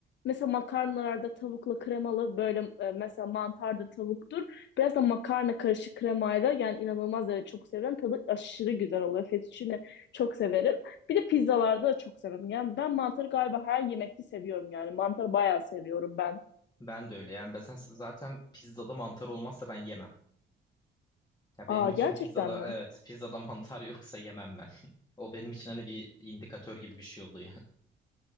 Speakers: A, on the left; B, on the left.
A: mesela makarnalarda tavukla kremalı böyle e, mesela mantar da tavuktur. Biraz da makarna karışık kremayla yani inanılmaz derece çok severim. Tadı aşırı güzel oluyor. Fettuccine çok severim. Bir de pizzalarda da çok severim. Yani ben mantarı galiba her yemekte seviyorum yani. Mantarı bayağı seviyorum ben.
B: Ben de öyle. Yani ben z- zaten pizzada mantar olmazsa ben yemem. Ya
A: Aa,
B: benim için
A: gerçekten
B: pizzada
A: mi?
B: evet pizzada <laughs> mantar yoksa yemem ben. <laughs> O benim için hani bir indikatör gibi bir şey oluyor.